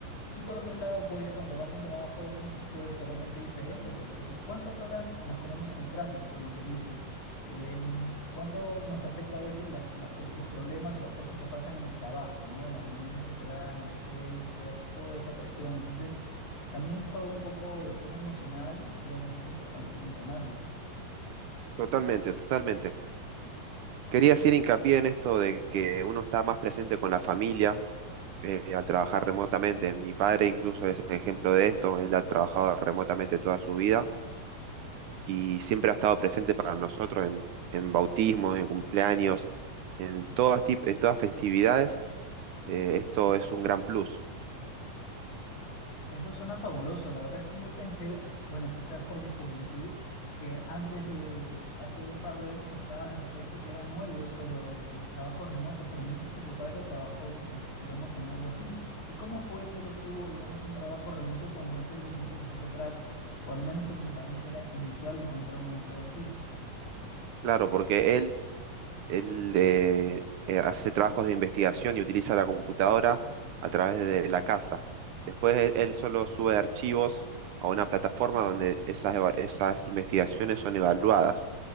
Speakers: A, on the left (about 60°); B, on the right (about 70°).
A: Y por otro lado, pues cuando vas a un trabajo físico es totalmente diferente, porque ¿cuántas horas nos comemos en el tráfico, como se dice? Em, ¿cuánto nos afecta a veces las- las pro- los problemas o las cosas que pasan en el trabajo, ¿no? Las reuniones que se dan, el estrés, ver toda esa presión. Entonces, también juega un poco el tema emocional y creo que eso es importante mencionarlo.
B: Totalmente, totalmente. Quería hacer hincapié en esto de que uno está más presente con la familia eh, al trabajar remotamente. Mi padre incluso es ejemplo de esto. Él ha trabajado remotamente toda su vida y siempre ha estado presente para nosotros en, en bautismos, en cumpleaños, en todas, tip- en todas festividades. Eh, esto es un gran plus.
A: Eso suena fabuloso. La verdad es que yo pensé, bueno, quizás por mi juventud, que antes de, hace un par de años atrás, de repente, que era nuevo esto, lo de los trabajos remotos, pero me dices que tu padre trabajó, eh, eh, digamos, en algo así. ¿Y cómo fue que él obtuvo, digamos, un trabajo remoto cuando hace algún tiempo, quizás atrás, o al menos en mi país, era inusual encontrar un empleo así?
B: Claro, porque él Él eh, eh, hace trabajos de investigación y utiliza la computadora a través de la casa. Después él, él solo sube archivos a una plataforma donde esas, eva- esas investigaciones son evaluadas.